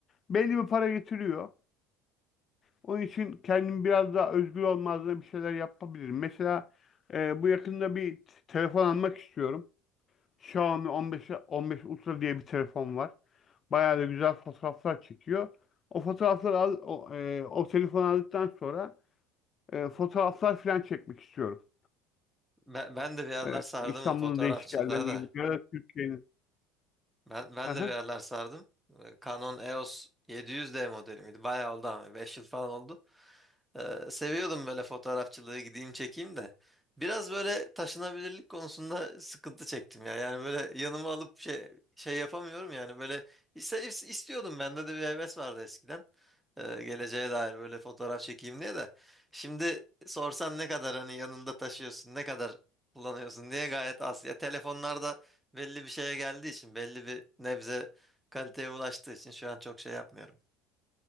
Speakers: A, on the left; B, in the centre.
A: Belli bir para getiriyor. Onun için kendim biraz daha özgür olmazdan bir şeyler yapabilirim. Mesela e, bu yakında bir t- telefon almak istiyorum. Xiaomi 15 15 Ultra diye bir telefon var. Bayağı da güzel fotoğraflar çekiyor. O fotoğrafları al, o, e, o telefonu aldıktan sonra e, fotoğraflar falan çekmek istiyorum.
B: Ben, ben de bir yerler
A: E,
B: sardım
A: İstanbul'un
B: o fotoğrafçılığa
A: değişik yerlerine
B: da.
A: gidip ya da Türkiye'nin.
B: Ben, ben
A: Aha.
B: de bir yerler sardım. Ee, Canon EOS 700D modeli miydi? Bayağı oldu ama 5 yıl falan oldu. Ee, seviyordum böyle fotoğrafçılığı gideyim çekeyim de. Biraz böyle taşınabilirlik konusunda sıkıntı çektim ya. Yani böyle yanıma alıp şey şey yapamıyorum yani böyle iste- istiyordum bende de bir heves vardı eskiden. Ee, geleceğe dair böyle fotoğraf çekeyim diye de. Şimdi sorsan ne kadar hani yanında taşıyorsun, ne kadar kullanıyorsun diye gayet az. Ya telefonlarda belli bir şeye geldiği için, belli bir nebze kaliteye ulaştığı için şu an çok şey yapmıyorum.